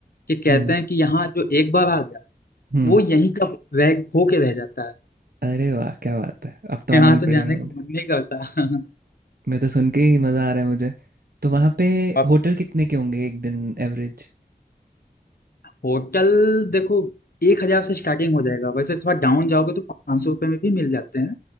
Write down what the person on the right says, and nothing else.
हुँ,
हुँ।
अरे वाह! क्या बात है। अब तो
आना ही
पड़ेगा
मुझे।
मैं तो सुन के ही मज़ा आ रहा है मुझे। तो वहाँ पे
होटल कितने के होंगे एक दिन एवरेज?